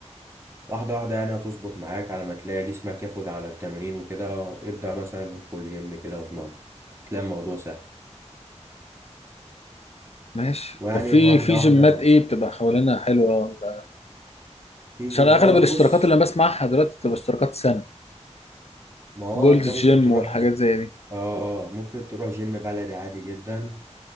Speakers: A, on the right (about 25°); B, on the left (about 60°).
A: واحدة واحدة يعني هتظبط معاك على ما تلاقي جسمك ياخد على التمرين وكده ابدأ مثلا في كل يوم كده واتمرن تلاقي الموضوع سهل
B: ماشي
A: ويعني
B: طب في
A: واحدة
B: في جيمات
A: واحدة
B: ايه بتبقى حوالينا حلوه ولا
A: في جيم
B: عشان اغلب
A: اه
B: الاشتراكات
A: بص
B: اللي انا بسمعها دلوقتي بتبقى اشتراكات سنه
A: ما هو
B: جولد
A: انت
B: جيم
A: ممكن تروح
B: والحاجات
A: ج-
B: زي دي
A: اه اه ممكن تروح جيم بلدي عادي جدا